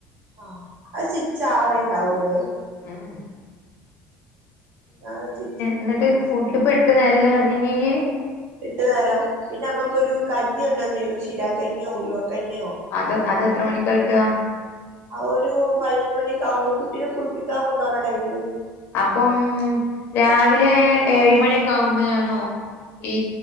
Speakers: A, on the right; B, on the left.
A: ആഹ് അത് ചിച്ച് ആവേണ്ടാവൂലല്ലേ
B: ഉം
A: ഞങ്ങ ചിച്ചു
B: ഇന്ന്ട്ട് ഫുഡ് ഇപ്പ എട്ട് നേരല്ലേ പറഞീന്ന് ഇയ്യ്
A: എട്ട് നേരം പിന്നെ അമ്മക്കൊരു കഞ്ഞി കൊണ്ടന്നേരും ചീരാകഞ്ഞോ ഉലുവക്കഞ്ഞോ
B: അത് അത്എത്ര മണിക്കാകിട്ടാ
A: അ ഒരു പതിനൊന്ന് മണിക്കാവുമ്പോ കുട്ടിനെ കുളപ്പിക്കാ കൊണ്ടോണ ടൈമില്
B: അപ്പം രാവിലെ ഏയ്മണി ഒക്ക ആവുമ്പഴണോ ഈ